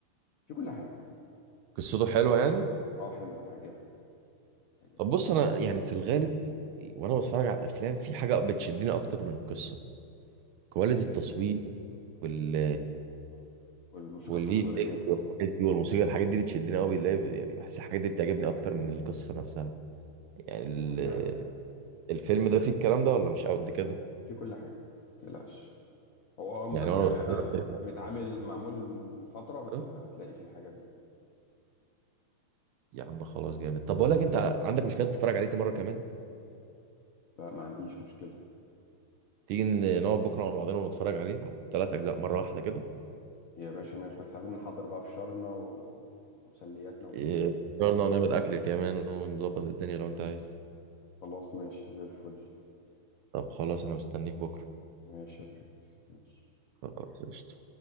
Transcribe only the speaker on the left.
في كل حاجه
اه حلو هتعجبك هتعجبك
ايه ال...
آه، والموسيقى
التصويريه
هو فعلا
في كل حاجه ما تقلقش هو اه مب-
يعني
أنا
متعامل معمول من من فتره بس
هتلاقي فيه الحاجات دي
لا ما عنديش مشكله
يا باشا ماشي بس عايزين نحضر بقى فشارنا ومسلياتنا وكل
حاجه
خلاص ماشي زي الفل
ماشي يا برنس ماشي